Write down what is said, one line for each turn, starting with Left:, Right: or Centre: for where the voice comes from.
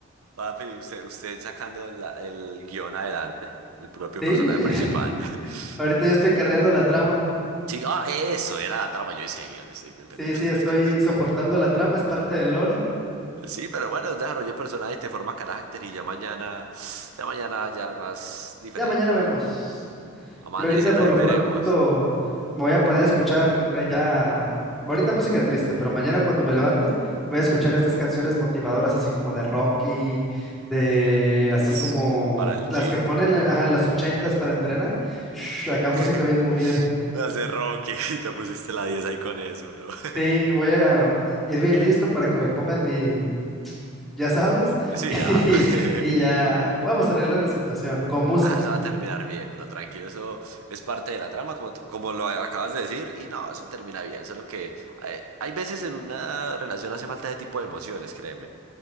Right: Papi, usted, usted sacando la- el guión adelante, el propio
Centre: Sí,
Right: personaje principal. <laughs>
Centre: <laughs> ahorita yo estoy carreando la trama.
Right: Sí, ah, eso era la trama, yo dije que guión, estoy bien pendejo.
Centre: Sí, sí, estoy
Right: <laughs>
Centre: soportando la trama, es parte del lore.
Right: Sí, pero bueno, desarrollé personajes, te forma carácter y ya mañana, ya mañana ya es más diferente
Centre: Ya mañana vemos.
Right: ya. Amanecerá
Centre: Yo ahorita por
Right: y
Centre: lo
Right: veremos.
Centre: pronto me voy a poner a escuchar eh, ya, ahorita música triste, pero mañana cuando me levante voy a escuchar estas canciones motivadoras, así como de Rocky, de
Right: Uf,
Centre: así como
Right: para el
Centre: las
Right: gym.
Centre: que ponen en ajá, en las ochentas para entrenar. Shh, acá
Right: <laughs>
Centre: música bien movida.
Right: Me hace Rocky, <laughs> te pusiste la 10 ahí con eso, bro. <laughs>
Centre: Sí, voy a ir bien listo para que me pongan mi, ya sabes,
Right: Tu golpe, sí,
Centre: <laughs> y,
Right: ajá. <laughs>
Centre: y ya vamos a arreglar la situación con música.
Right: Ah, eso va a terminar bien, bro, tranquilo, eso es parte de la trama, como, tú- como lo acabas de decir, y no, eso termina bien, solo que hay, hay veces en una relación hace falta ese tipo de emociones, créeme,